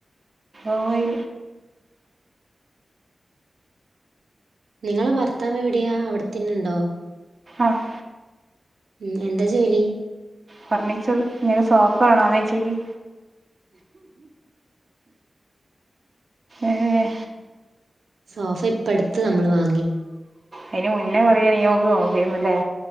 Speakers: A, on the right; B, on the right.
A: ഓയ്.
B: നിങ്ങളെ ഭർത്താവ് എവിടെയാ അവിടെത്തന്നെണ്ടോ?
A: ആഹ്.
B: ഉം എന്താ ജോലി?
A: ഫർണിച്ചർ ഇങ്ങക്ക് സോഫ വേണോന്നോയ്ച്ചോക്കി. ഏഹ്.
B: സോഫ ഇപ്പ അടുത്ത് നമ്മൾ വാ
A: അയിന് മുന്നേ പറയാണെങ്കി നമക്ക് നോക്കേര്ന്നുല്ലേ.